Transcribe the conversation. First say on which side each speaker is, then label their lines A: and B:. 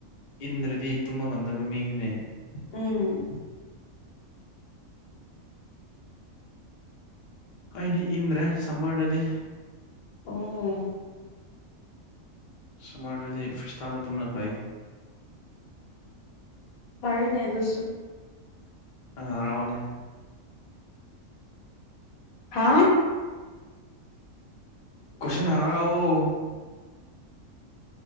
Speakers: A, on the left; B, on the left.
A: ꯏꯟꯗ꯭ꯔꯗꯤ ꯇꯨꯝꯕ ꯉꯝꯗꯕ ꯃꯤꯅꯤꯅꯦ
B: ꯎꯝ
A: ꯑꯩꯗꯤ ꯏꯟ꯭ꯔꯦ ꯁꯃꯔꯗꯗꯤ
B: ꯎꯝ
A: ꯁꯨꯃꯥꯔꯗꯗꯤ ꯐ꯭ꯔꯤꯁꯇꯥꯜꯗ ꯇꯨꯝꯅ ꯐꯩꯌꯦ
B: ꯄꯔꯦꯅꯦ ꯑꯗꯨꯁꯨ
A: ꯑꯔꯥꯎꯅꯦ
B: ꯍꯥꯥ
A: ꯀꯣꯏꯁꯪ ꯍꯪꯂꯛꯑꯣ <unintelligible>